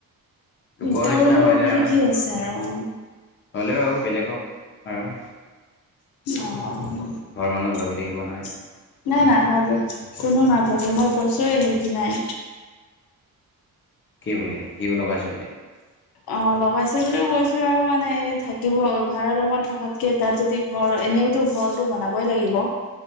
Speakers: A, on the left (about 35°); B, on the left (about 80°).
A: লোকৰ
B: <unintelligible>
A: নিচিনা হৈ যায় আৰু
B: কি আছে আৰু।
A: হ'লেও আৰু বেলেগক আৰু।
B: অ'।
A: ঘৰৰ মানুহ ভাবি থাকিব নোৱাৰি
B: নাই নাভাবে, কোনো নাভাবে মই কৈছোয়ে সেইদিনাই।
A: কি বুলি, সিও লগাইছে বুলি?
B: অ', লগাইছে বুলিও কৈছো আৰু মানে এই থাকিব ভাড়া ৰুমত থাকাতকে তাত যদি ঘৰ এনেওতো ঘৰটো বনাবই লাগিব।